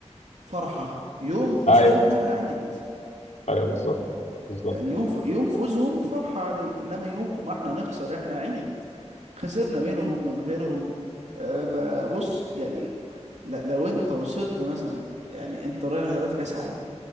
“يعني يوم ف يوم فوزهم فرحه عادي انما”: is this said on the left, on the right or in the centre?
Right